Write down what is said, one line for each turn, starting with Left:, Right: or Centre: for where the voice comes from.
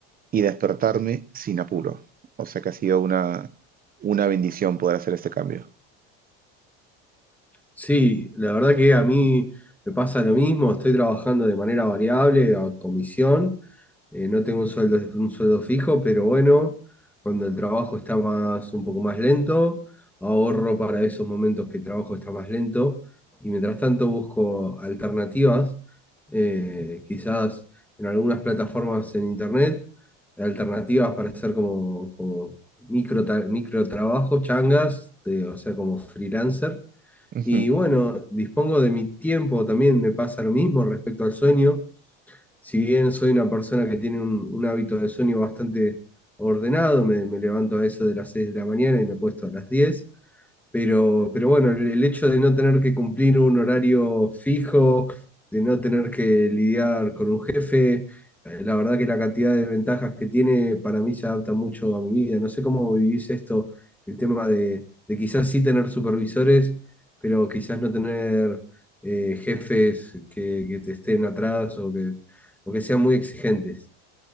Right: y despertarme sin apuro. O sea que ha sido una, una bendición poder hacer este cambio.
Centre: Sí, la verdad que a mí me pasa lo mismo, estoy trabajando de manera variable, a comisión. Eh, no tengo un sueldo, un sueldo fijo, pero bueno, cuando el trabajo está más, un poco más lento, ahorro para esos momentos que el trabajo está más lento y mientras tanto busco alternativas, eh, quizás en algunas plataformas en internet, alternativas para hacer como, como micro, tra- micro trabajos, changas, de- o sea, como freelancer.
Right: Ujú.
Centre: Y bueno, dispongo de mi tiempo, también me pasa lo mismo respecto al sueño si bien soy una persona que tiene un, un hábito de sueño bastante ordenado, me, me levanto a eso de las 6 de la mañana y me acuesto a las diez pero, pero bueno, el el hecho de no tener que cumplir un horario fijo, de no tener que lidiar con un jefe, eh, la verdad que la cantidad de ventajas que tiene para mí se adapta mucho a mi vida. No sé cómo vivís esto, el tema de, de quizás sí tener supervisores, pero quizás no tener eh, jefes que, que te estén atrás o que, o que sean muy exigentes.